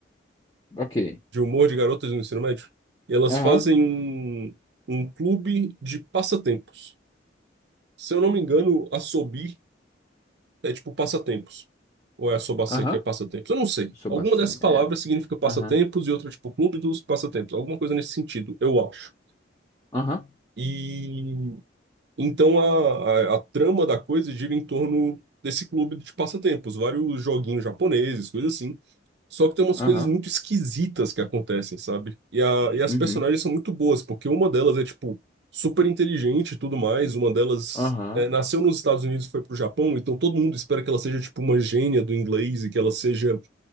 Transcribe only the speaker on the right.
de humor de garotas no ensino médio. E elas
fazem um, um clube de passatempos. Se eu não me engano, Assobi É tipo passatempos. Ou é a sobacê
que é passatempos? Eu não sei.
Alguma dessas palavras
significa passatempos
e outra, tipo, clube dos passatempos. Alguma coisa nesse sentido, eu acho.
E então a, a, a trama da coisa gira em torno desse clube de passatempos, vários joguinhos japoneses, coisas assim. Só que tem umas
coisas muito esquisitas que acontecem, sabe? E, a, e as
personagens são muito boas, porque uma delas é, tipo, super inteligente e tudo mais. Uma delas
é, nasceu nos Estados Unidos e foi pro Japão, então todo mundo espera que ela seja, tipo, uma gênia do inglês e que ela seja